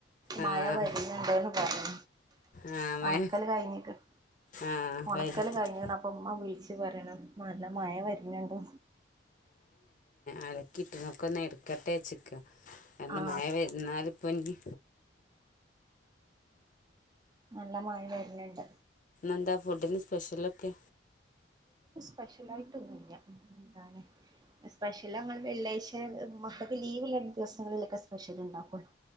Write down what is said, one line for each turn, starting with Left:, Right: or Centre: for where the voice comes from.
Right: മയ
Left: ആഹ്
Right: വരുന്നുണ്ടന്ന് പറയാ
Left: ആഹ് മഴ
Right: ഉണക്കല് കഴിഞ്ഞിക്കണ്
Left: ആഹ്
Right: ഉണക്കല്
Left: വൈകത്തിട്ട്
Right: കഴിഞ്ഞാണ് അപ്പ ഉമ്മ വിളിച്ചു പറയണ് മ നല്ല മഴ വര്ണ് ഇണ്ട്
Left: അലെക്കി ഇട്ട്ണ് ഒക്കെ നെര്ക്കെട്ടെച്ച്ക്കാ കാര്ണം
Right: ആ
Left: മഴ വെര്ന്നാൽ ഇപ്പം ഇഞ്
Right: നല്ല മഴ വെര്ന്ന് ഇണ്ട്
Left: എന്താ ഫുഡ്ഡ്ന് സ്പെഷെൽ ഒക്കെ?
Right: സ്പെഷെൽ ആയിട്ട് ഒന്നും ഇല്ല ന്താണ് സ്പെഷെൽ അങ്ങൾ വെള്ളിയാഴ്ച മക്കക്ക് ലീവ് രണ്ട് ദിവസങ്ങളിലൊക്കെ സ്പെഷ്യൽ ഉണ്ടാക്കുള്ളൂ